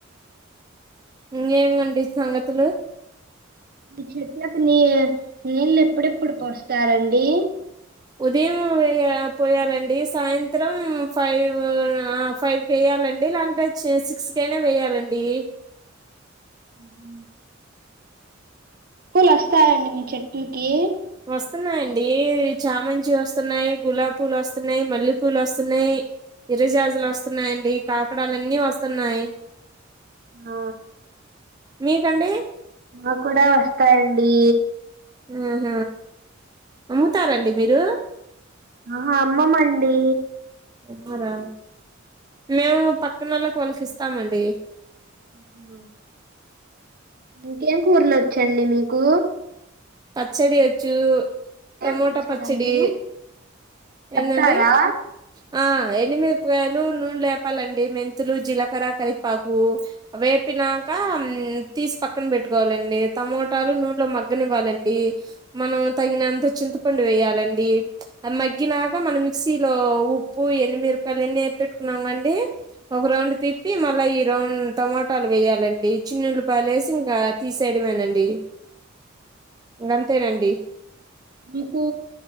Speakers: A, on the right; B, on the right.
A: ఇంగేంమండి సంగతులు
B: ఈ చెట్లకు నీ నీళ్ళు ఎప్పుడెప్పుడు పోస్తారండి
A: ఉదయం వే పోయాలండి సాయంత్రం ఫైవ్ ఆ ఫైవ్ కే కావాలంటే ఇలాం సిక్స్ కయినా వేయాలండి
B: ఉ పూలు వస్తాయండి మీ చెట్లకి
A: వస్తున్నాయండి చామంచి వస్తున్నాయ్ గులాబి పూలు వస్తున్నాయ్ మల్లె పూలు వస్తున్నాయ్ ఇరుజాజులు వస్తున్నాయండి కాకడాలన్నీ వస్తున్నాయ్
B: ఆ
A: మీకండి
B: మాకు కూడా వస్తాయండి
A: ఆహ అమ్ముతారండి మీరు
B: అహ అమ్మమండి
A: అమ్మారా మేము పక్కన వాళ్ళకి వాళ్ళకి ఇస్తామండి
B: అహ ఇంకేం కుర్లోచ్చండి మీకు
A: పచ్చడి వచ్చు టమోటో
B: ఏం పచ్చడండి
A: పచ్చడి
B: చెప్తారా
A: ఎంటండి ఆ ఎన్ని మీర్ ఉకాయలు నూనెలు లేేపాలండి మెంతులు జీలకర కరిపాకు వేపినాక తీసి పక్కన పెట్టుకోవాలండి టమోటాలు నూనెలో మగ్గనివ్వాలండి మనం తగినంత చింతపండు వేయాలండి మ గ్గినాక మనం మిక్సీలో ఉప్పు ఎన్నిమిరపకాయలు ఎన్ని ఎపి పెట్టుకున్నాం అండి ఒక రౌండ్ తిప్పి మళ్ళా గ్రౌన్ టమాటాలు వేయాలండి చిన్న ఉల్లిపాయలు వేసి ఇంకా తీసేయడమేనండి ఇంగంతేనండి
B: మీకు